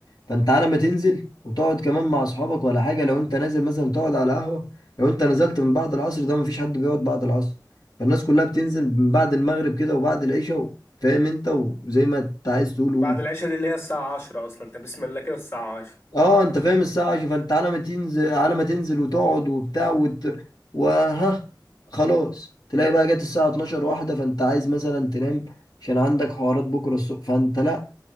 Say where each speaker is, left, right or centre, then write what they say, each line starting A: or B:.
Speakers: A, on the left (about 65°); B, on the left (about 35°).
A: فانت على ما تنزل وتقعد كمان مع اصحابك ولا حاجة لو انت نازل مثلا تقعد على قهوة لو انت نزلت من بعد العصر ده مفيش حد بيقعد بعد العصر فالناس كلها بتنزل من بعد المغرب كده وبعد العشاء فاهم انت وزي ما انت عايز تقول قول
B: بعد العشاء دي اللي هي الساعه 10 اصلا انت بسم الله كده الساعه
A: اه انت فاهم الساعة عشرة فانت على ما تنزل على ما تنزل وتقعد وبتاع وت... وها خلاص تلاقي بقى جت الساعة 12 واحدة فانت عايز مثلا تنام عشان عندك حوارات بكرة الصبح فانت لا